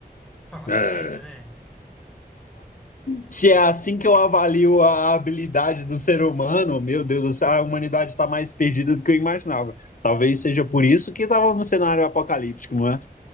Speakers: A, in the centre; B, on the left.
A: Fala
B: É,
A: sério, né?
B: Se é assim que eu avalio a habilidade do ser humano, meu Deus, do céu, a humanidade está mais perdida do que eu imaginava. Talvez seja por isso que estava no cenário apocalíptico, não é?